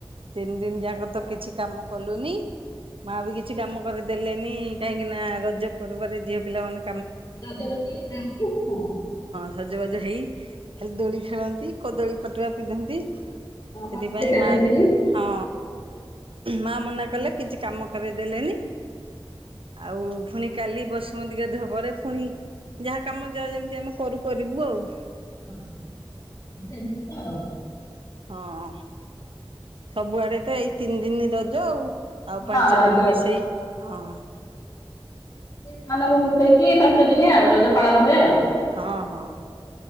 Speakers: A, on the right (about 70°); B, on the left (about 40°).
A: ତିନି ଦିନ ଯାକ ତ କିଛି କାମ କଲୁନି ମା ବି କିଛି କାମ କରେଇ ଦେଲେନି କାହିଁକି ନା ରଜ ପର୍ବରେ ଝିଅ ପିଲାମାନଙ୍କୁ
B: ରଜବତୀ ହେଇଥାନ୍ତି ହଁ।
A: ସଜବାଜ ହେଇ ଖାଲି ଦୋଳି ଖେଳନ୍ତି କଦଳୀ ପଟୁଆ ପିନ୍ଧନ୍ତି
B: ହଁ
A: ସେଥିପାଇଁ
B: ମାଟିରେ ଚାଲନ୍ତିନି।
A: ମାଆ ବି ହଁ। ମା ମନା କଲେ କିଛି କାମ କରେଇଦେଲେନି ଆଉ ପୁଣି କାଲି ବସୁମତୀ ଗାଧୁଆ ପରେ ପୁଣି ଯାହା କାମ ଯାହା ଯେମିତି ଆମେ କରୁ କରିବୁ ଆଉ।
B: ହଁ ସେମିତି ତ ଆଉ।
A: ହଁ। ସବୁଆଡେ ତ ଏଇ ତିନ୍‌ ଦିନି ରଜ ଆଉ। ଆଉ ପାଞ୍ଚ
B: ହଁ ରଜ
A: ଦିନ୍‌ ମିଶେଇ ହଁ। <inaudible>
B: <unintelligible> ମିଶେଇକି ପାଞ୍ଚ ଦିନିଆ ଆଉ ରଜ। ପାଳନ ହୁଏ ଆଉ।
A: ହଁ ହଁ